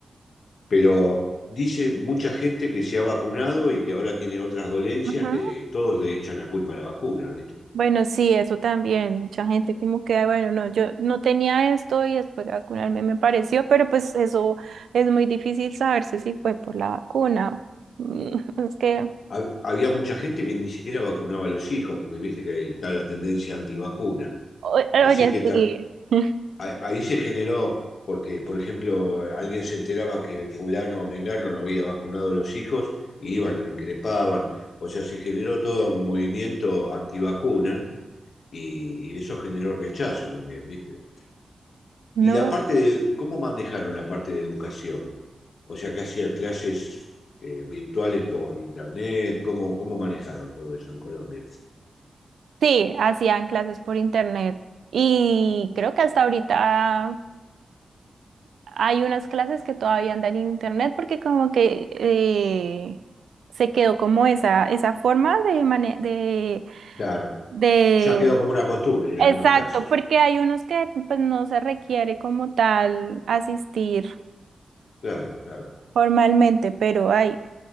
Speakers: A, on the left (about 70°); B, on the right (about 80°).
A: Pero dice mucha gente que se ha vacunado y que ahora tiene otras dolencias
B: Ujú.
A: que todos le echan la culpa a la vacuna, ¿viste?
B: Bueno, sí, eso también. Mucha gente como que, bueno, no, yo no tenía esto y después de vacunarme me pareció, pero pues eso es muy difícil saberse si fue por la vacuna. <laughs> Mm, Es que,
A: Ha- Había mucha gente que ni siquiera vacunaba a los hijos, porque viste que ahí está la tendencia antivacuna.
B: o- oye,
A: Así que ta-
B: sí. <laughs>
A: a- ahí se generó, porque, por ejemplo, alguien se enteraba que fulano o mengano no había vacunado a los hijos, y iban, lo increpaban. O sea, se generó todo un movimiento antivacuna y eso generó rechazo también, ¿viste?
B: No.
A: Y la parte de, ¿cómo manejaron la parte de educación? O sea, que hacían clases eh, virtuales por internet, ¿cómo, cómo manejaron todo eso en Colombia?
B: Sí, hacían clases por internet y creo que hasta ahorita hay unas clases que todavía andan en internet porque como que eh, se quedó como esa, esa forma de, mane- de,
A: Claro,
B: de...
A: ya quedó como una costumbre en
B: Exacto,
A: algunos casos.
B: porque hay unos que pues no se requiere como tal asistir
A: Claro, claro.
B: formalmente, pero hay,